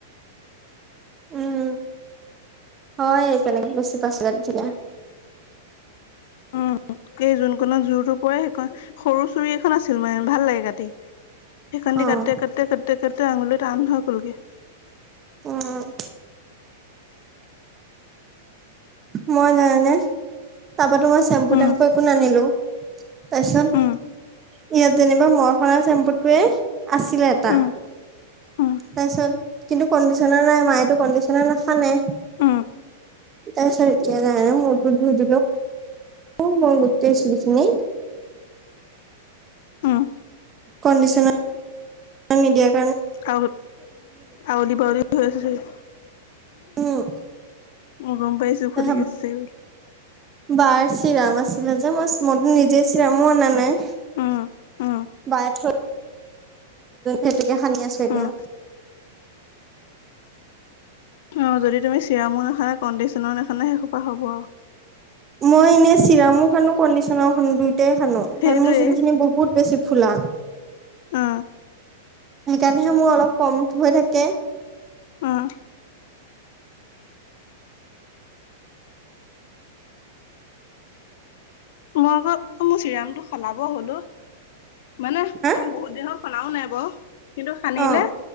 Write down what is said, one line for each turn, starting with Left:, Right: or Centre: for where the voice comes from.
Left: <inaudible>
Right: উম, হয় এই তেনেকে বেছি পাছ দিছিলে।
Left: উম। কেইযোন কোনত জোৰটো পৰে সেইখন সৰু চুৰি এখন আছিল মানে ভাল লাগে কাটি। সেইখনেদি
Right: অ',
Left: কাটোতে -কাটোতে -কাটোতে -কাটোতে আঙুলিতো টান হৈ গলগে।
Right: উম। মই জানানে তাপাতো মই চেম্পু
Left: উম
Right: টেম্পু একো নানিলো। <unintelligible> তাৰপিছত
Left: উম
Right: ইয়াত যেনিবা ম‌ই হনা চেম্পুটোৱে। আছিলে এটা
Left: উম
Right: তাৰপিছত
Left: উম
Right: কিন্তু কণ্ডিশনাৰ নাই মাই। <unintelligible> এইটো কণ্ডিচনাৰ নাহানে।
Left: উম
Right: এই চকে ম গুজ। অ মই গোটেই চুলিখিনি।
Left: উম।
Right: কণ্ডিশনাৰ নিদিয়া।
Left: আ আৱলি বাউলি হৈ আছে দেই।
Right: উম।
Left: মই গম পাইছো ফুলি
Right: এ
Left: গৈছে চাগে বুলি
Right: বাৰ চিৰাম আছিলে। মই নিজে চিৰামো অনা নাই
Left: উম উম
Right: বাই থৈ। সেতোকে হানি আছো এতিয়া।
Left: উম অ যদি তুমি চিৰামো নাহানা কণ্ডিচনাৰো নাহানা সেইসোপা হ'ব।
Right: মই এনে চিৰামো হানো কডিচনাও হানো দুই। গোটেই হানো
Left: সেইটোৱে
Right: কাৰণ মোৰ চুলি খিনি বহুত বেছি ফুলা।
Left: অ
Right: সেইকাৰণেহে মোৰ অলপ কম হৈ থাকে।
Left: উম। মই আকৌ মোৰ চিৰামটো সলাব হ'ল অ মানে
Right: হা
Left: মই বহুত দেহত। হনাও নাই বাও। কিন্তু সানিলে
Right: অ